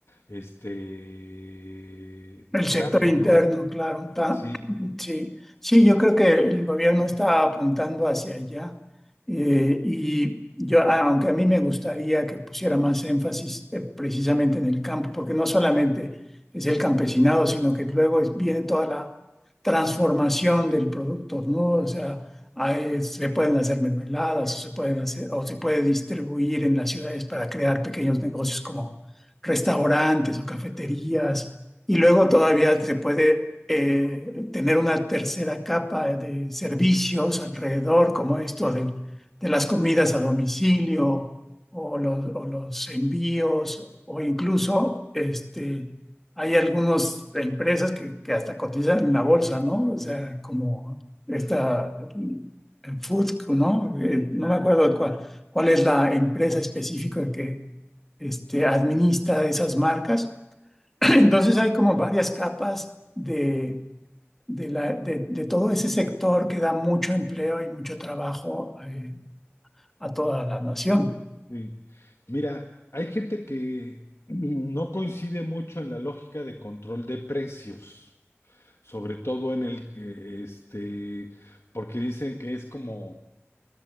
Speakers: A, on the left (about 75°); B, in the centre.
A: este,
B: El
A: tu
B: sector
A: campo,
B: interno,
A: ¿no?
B: claro, está-
A: Sí,
B: <clears throat> sí, sí, yo creo que el gobierno está apuntando hacia allá eh, y yo, a- aunque a mí me gustaría que pusiera más énfasis eh, precisamente en el campo, porque no solamente es el campesinado, sino que luego es- viene toda la transformación del producto, ¿no? O sea, hay- se pueden hacer mermeladas o se pueden hacer o se puede distribuir en las ciudades para crear pequeños negocios como restaurantes o cafeterías y luego todavía se puede eh, tener una tercera capa de servicios alrededor, como esto del- de, las comidas a domicilio o los, o los envíos, o incluso este, hay algunas empresas que, que hasta cotizan en la bolsa, ¿no? O sea, como esta eh, Food, ¿no? Eh, no me acuerdo cuál, cuál es la empresa específica que este, administra esas marcas <clears throat> Entonces hay como varias capas de, de, la- de- de todo ese sector que da mucho empleo y mucho trabajo eh, a toda la nación. ¿no?
A: Sí. Mira, hay gente que no coincide mucho en la lógica de control de precios, sobre todo en el que, este, porque dicen que es como,